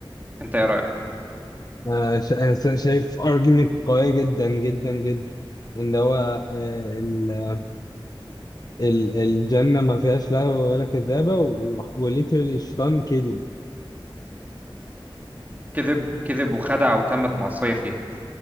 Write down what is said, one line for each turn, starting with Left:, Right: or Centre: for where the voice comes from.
Right: انت ايه رأيك
Left: آه، شا- شا- شايف argument قوية جدا جدا جدا ان هو آه، ال- ال- الجنة ما فيهاش لهو ولا كذابة وليترالي الشيطان كذب
Right: كذب كذب وخدع وتمت معصية فيها